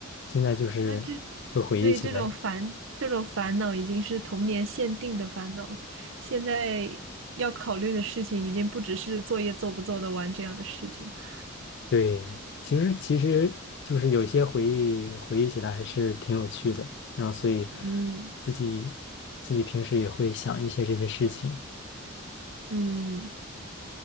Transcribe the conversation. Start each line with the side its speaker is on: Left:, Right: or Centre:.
Left: 现在就是会回忆起来，
Right: 那这对这种烦这种烦恼已经是童年限定的烦恼了，现在要考虑的事情已经不只是作业做不做得完这样的事情了。
Left: 对，其实其实就是有些回忆回忆起来还是挺有趣的，然后所以
Right: 嗯
Left: 自己自己平时也会想一些这些事情，
Right: 嗯。